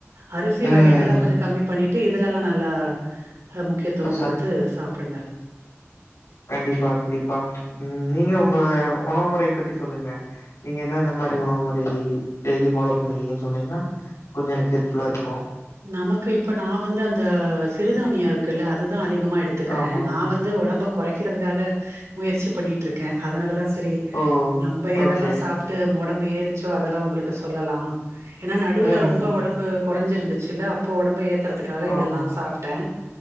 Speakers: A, on the right; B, on the left.
A: அரிசி
B: ம்.
A: வகைகள்லா கொஞ்சொ கமி பண்ணிட் ட்டு இதுலெல்லா நல்லா அ முக்கியத்துவ
B: சத்
A: குடுத்து சாப்டுங்க.
B: கண்டிப்பா, கண்டிப்பா. ம் நீங்க உங்க ஒணவு முறைய பத்தி சொல்லுங்ளே. நீங்க என்னன்ன மாரி ஒணவு முறை டெய்லி ஃபாலோ பண்ணுவிங்கனு சொன்னிங்னா கொஞ்சொ எனக்கு ஹெல்ப்ஃபுல்லா இருக்கு
A: நமக்கு இப்ப நா வந்து அந்த சிறுதானிய இருக்குல்ல அது அதிகமா எடுத்துக்கறே.
B: ஆமா.
A: நா வந்து ஒடம்ப கொறைக்கறதுக்காக முயற்சி பண்ணிட்ருக்கே அதனால தா திரி
B: ஓ!
A: நம்ப எதெல்லா
B: ஓகே.
A: சாப்ட்டு ஒ டம்பு ஏறுச்சோ அதெல்லா உங்களுக்கு சொல்லலா. ஏன்னா நடுவ்ல
B: ம், ம்,
A: ரொம்ப ஒடம்பு
B: ம்.
A: கொறைஞ்சிரு சில்ல அப்போ ஒடம்ப ஏத் ஏத்தறதுக்காக
B: ஆமா.
A: இதெல்லா சாப்ட்டே.
B: ம்.